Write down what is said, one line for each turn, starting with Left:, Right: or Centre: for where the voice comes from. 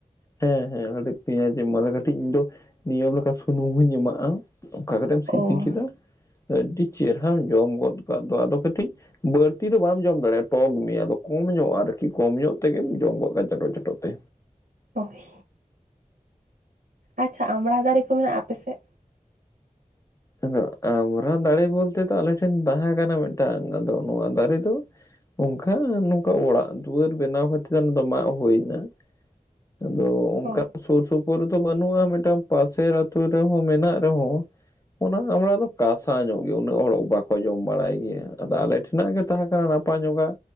Left: ᱦᱮᱸ ᱦᱮᱸ ᱠᱟᱹᱴᱤᱡ ᱯᱮᱭᱟᱡᱤᱧ ᱮᱢᱟᱫᱟ ᱠᱟᱹᱴᱤᱡ ᱤᱧ ᱫᱚ ᱱᱤᱭᱚᱢ ᱞᱮᱠᱟ ᱥᱩᱱᱩᱢ ᱦᱚᱧ ᱮᱢᱟᱜᱼᱟ ᱾ ᱚᱸᱠᱟ ᱠᱟᱛᱮᱢ ᱥᱤᱯᱤ
Right: ᱚ
Left: ᱠᱮᱫᱟ ᱟᱹᱰᱤ ᱪᱮᱨᱦᱟ ᱡᱚᱢ ᱚᱛᱯᱟᱫ ᱫᱚ ᱟᱫᱚ ᱠᱟᱹᱴᱤᱡ ᱵᱟᱹᱲᱛᱤ ᱫᱚ ᱵᱟᱢ ᱡᱚᱢ ᱫᱟᱲᱮᱭᱟᱜᱼᱟ, ᱴᱚᱜᱽ ᱢᱮᱭᱟ ᱟᱫᱚ ᱠᱚᱢ ᱧᱚᱜᱼᱟ ᱟᱨᱠᱤ, ᱠᱚᱢ ᱧᱚᱜ ᱛᱮᱜᱮᱢ ᱡᱚᱢ ᱜᱚᱫ ᱠᱟ, ᱪᱟᱴᱚ ᱪᱟᱴᱚ ᱛᱮ᱾
Right: ᱚᱠᱷᱮ ᱟᱪᱪᱷᱟ ᱟᱢᱲᱟ ᱫᱟᱨᱮ ᱠᱚ ᱢᱮᱱᱟᱜᱼᱟ ᱟᱯ ᱥᱮᱜ?
Left: ᱟᱫᱚ ᱟᱢᱨᱟ ᱫᱟᱲᱮ ᱵᱚᱞᱛᱮ ᱫᱚ ᱟᱞᱮ ᱴᱷᱮᱱ ᱵᱟᱦᱟ ᱠᱟᱱᱟ ᱢᱤᱫᱴᱟᱝ, ᱟᱫᱚ ᱱᱚᱣᱟ ᱫᱟᱨᱮ ᱫᱚ ᱚᱝᱠᱟ ᱱᱚᱝᱠᱟ ᱚᱲᱟᱜ ᱫᱩᱣᱟᱹᱨ ᱵᱮᱱᱟᱣ ᱠᱷᱟᱹᱛᱤᱨ ᱚᱱᱟ ᱫᱚ ᱢᱟᱜ ᱦᱩᱭ ᱮᱱᱟ᱾ ᱟᱫᱚ ᱚᱱᱠᱟ
Right: ᱚ
Left: ᱥᱩᱨ ᱥᱩᱯᱩᱨ ᱨᱮᱫᱚ ᱵᱟᱹᱱᱩᱜ-ᱟ, ᱢᱤᱫᱴᱟᱝ ᱯᱟᱥᱮᱨ ᱟᱛᱳ ᱨᱮᱦᱚᱸ ᱢᱮᱱᱟᱜ ᱨᱮᱦᱚᱸ ᱚᱱᱟ ᱟᱢᱲᱟ ᱫᱚ ᱠᱟᱥᱟ ᱧᱚᱜ ᱜᱮᱭᱟ, ᱩᱱᱟᱹᱜ ᱦᱚᱲ ᱵᱟᱠᱚ ᱡᱚᱢ ᱵᱟᱲᱟᱭ ᱜᱮᱭᱟ, ᱟᱫᱚ ᱟᱞᱮ ᱴᱷᱮᱱᱟᱜ ᱜᱮ ᱛᱟᱦᱮᱸ ᱠᱟᱱᱟ ᱯᱟᱸᱡᱳᱜᱟ